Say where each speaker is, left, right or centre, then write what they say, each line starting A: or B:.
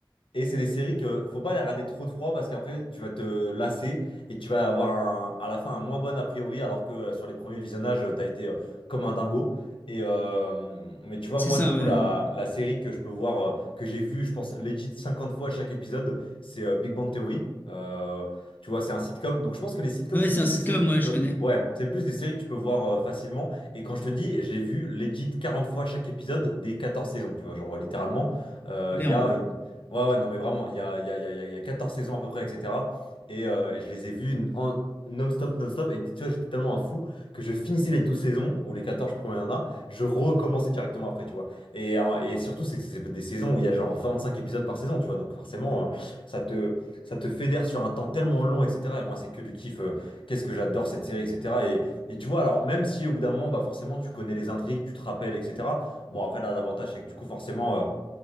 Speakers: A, on the left; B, on the left.
A: Et c'est des séries que faut pas les regarder trop de froid parce qu'après tu vas te lasser et tu vas avoir un- à la fin un moins bon a priori alors que euh, sur les premiers visionnages euh, t'as été euh, comme un dingo. Et euh, mais tu vois
B: C'est
A: moi
B: ça,
A: du coup
B: ouais.
A: la, la série que je peux voir euh, que j'ai vue je pense legit 50 fois chaque épisode c'est euh, Big Bang Theory. Euh, tu vois c'est un sitcom donc je pense que les sitcoms
B: Ouais,
A: c'est
B: c'est
A: plus
B: un sitcom,
A: des séries que
B: ouais,
A: tu peux
B: je connais.
A: ouais c'est plus des séries que tu peux voir euh, facilement et quand je te dis j'ai vu legit 40 fois chaque épisode des 14 saisons tu vois genre euh, littéralement euh,
B: Aberrant.
A: il y a une Ouais, ouais, non, mais vraiment, il y a, il y a, il y a, il y a il y a 14 saisons à peu près, etc. Et, euh, et je les ai vues en non-stop, non-stop. Et tu vois, j'étais tellement un fou que je finissais les 12 saisons, ou les 14 je sais plus combien il y en a, je recommençais directement après, tu vois. Et, euh, et surtout, c'est que c'est des saisons où il y a genre 25 épisodes par saison, tu vois. Donc forcément, euh, ça te, ça te fédère sur un temps tellement long, etc. Et moi, c'est que du kiff. euh, qu'est-ce que j'adore cette série, etc. Et, et tu vois, alors, même si au bout d'un moment, bah forcément, tu connais les intrigues, tu te rappelles, etc. Bon, après, là, l'avantage, c'est que du coup, forcément. euh,